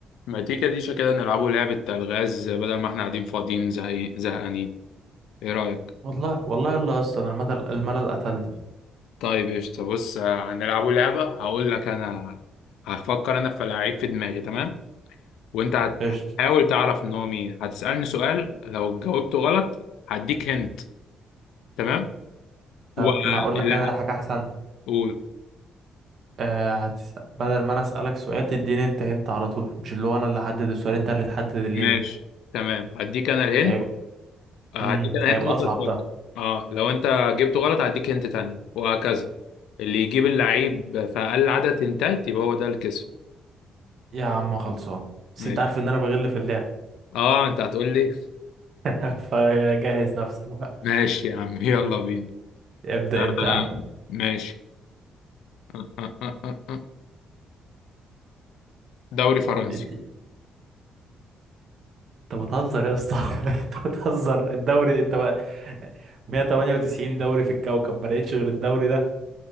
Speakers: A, on the left (about 85°); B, on the right (about 60°).
A: ما تيجي ديشة كده نلعبوا لعبة ألغاز بدل ما احنا قاعدين فاضيين زهقي- زهقانين ايه رأيك؟
B: والله والله يلا اصلا الملل الملل قتلني
A: طيب قشطة بص آه، هنلعبوا لعبة هقول لك أنا هفكر أنا في لعيب في دماغي تمام؟ وأنت هت-
B: قشطة
A: هتحاول تعرف إن هو مين هتسألني سؤال لو جاوبته غلط هديك هنت تمام؟
B: طب
A: واللي
B: ما اقول لك انا حاجة احسن
A: هقول
B: آه هتس... بدل ما انا اسألك سؤال تديني انت هنت على طول مش اللي هو انا اللي احدد السؤال انت اللي تحدد اللي
A: ماشي
B: هنت
A: تمام هديك أنا الهنت
B: هيبقى
A: آه،
B: امم
A: هديك أنا
B: هيبقى
A: هنت وأنت
B: اصعب
A: تفكر
B: ده
A: اه لو أنت جبته غلط هديك هنت تاني وهكذا اللي يجيب اللعيب في أقل عدد هنتات يبقى هو ده اللي كسب
B: يا عم خلصان بس
A: ماشي
B: انت عارف ان انا بغل في اللعب
A: اه انت هتقول لي
B: <laughs> فجهز نفسك بقى
A: ماشي يا عم يلا بينا
B: ابدأ
A: أم،
B: انت يا عم
A: ماشي أه، أه، أه، أه، أه. دوري فرنسي
B: انت انت بتهزر يا اسطى <laughs> انت بتهزر الدوري انت بقى 198 دوري في الكوكب ما لقيتش غير الدوري ده